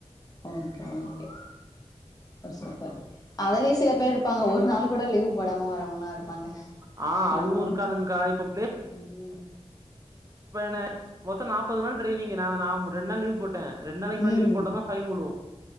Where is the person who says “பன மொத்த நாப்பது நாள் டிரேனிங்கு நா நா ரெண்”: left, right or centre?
Right